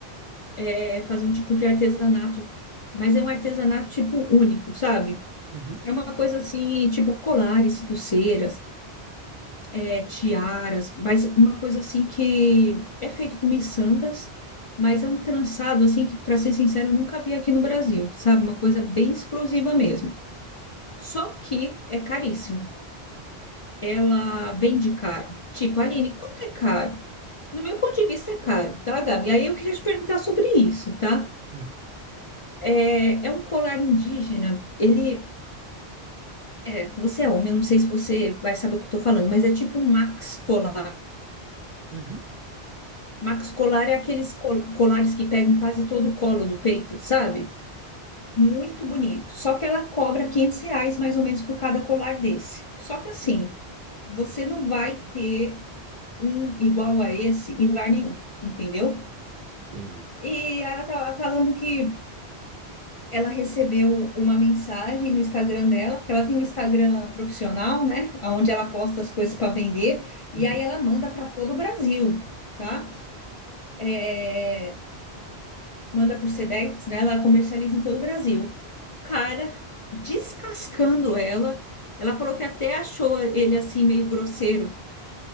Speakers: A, on the left; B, on the right.
A: é fazer um tipo de artesanato, mas é um artesanato tipo único, sabe?
B: Uhum,
A: É uma coisa assim, tipo colares, pulseiras, é, tiaras, mas uma coisa assim que é feito com miçangas, mas é um trançado assim que, para ser sincero, eu nunca vi aqui no Brasil, sabe? Uma coisa bem exclusiva mesmo. Só que é caríssimo. Ela vende caro. Tipo, Aline, quanto é caro? No meu ponto de vista, é caro, tá, Gabi? Aí eu queria te perguntar sobre isso, tá?
B: uhum,
A: É, é um colar indígena, ele. É, você é homem, eu não sei se você vai saber o que eu tô falando, mas é tipo um max colar.
B: uhum,
A: Max colar é aqueles col- colares que pegam quase todo o colo do peito, sabe? Muito bonito. Só que ela cobra 500 reais mais ou menos por cada colar desse. Só que assim, você não vai ter um igual a esse em lugar nenhum, entendeu?
B: Entendi.
A: E ela tava falando que ela recebeu uma mensagem no Instagram dela, porque ela tem um Instagram profissional, né, onde ela posta as coisas para vender, e
B: uhum.
A: aí ela manda para todo o Brasil, tá? É, manda por Sedex, né? Ela comercializa em todo o Brasil. Cara, descascando ela, ela falou que até achou ele assim meio grosseiro.